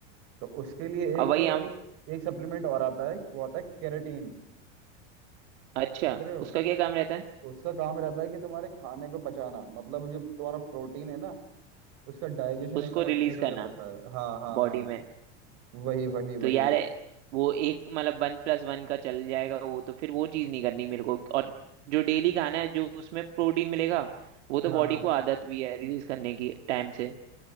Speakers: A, on the right; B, on the right.
A: तो उसके लिए
B: अब
A: एक
B: वही हम
A: एक सप्लीमेंट और आता है वो आता है केराटिन
B: अच्छा
A: समझ रहे हो
B: उसका क्या काम रहता है
A: उसका काम रहता है कि तुम्हारे खाने को पचाना मतलब जो तुम्हारा प्रोटीन है ना उसका डाइजेशन
B: उसको
A: एकदम अच्छे
B: रिलीज
A: से
B: करना
A: कर देता है हाँ हाँ
B: बॉडी
A: हाँ
B: में
A: वही वही
B: तो
A: वही
B: यार वो एक मतलब वन प्लस वन का चल जाएगा वो तो फिर वो चीज नहीं करनी मेरे को और जो डेली खाना है जो उसमें प्रोटीन मिलेगा वो तो
A: हाँ
B: बॉडी को आदत भी है रिलीज करने की टाइम से